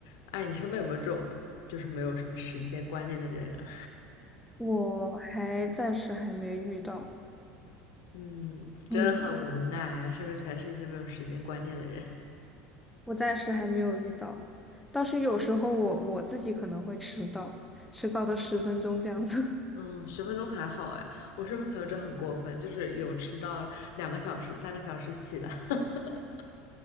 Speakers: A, on the left; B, in the centre.
A: 哎，你身边有没有这种就是没有什么时间观念的人啊？
B: 我还暂时还没遇到？
A: <laughs> 嗯，
B: 嗯，
A: 真的很无奈啊，身边全是一些没有时间观念的人。
B: 我暂时还没有遇到，倒是有时候我我自己可能会迟到，迟到的十分钟这样子。
A: <laughs> 嗯，十分钟还好哎，我身边朋友真的很过分，就是有迟到两个小时、三个小时起的。<laughs>